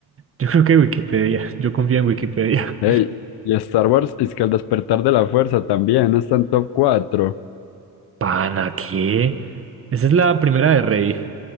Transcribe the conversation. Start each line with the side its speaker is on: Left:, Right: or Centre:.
Right: Yo creo que Wikipedia. Yo confío en Wikipedia.
Left: Hey, y Star Wars es que el despertar de la fuerza también está en top 4.
Right: <laughs> Pana, ¿qué? Esa es la primera de Rey.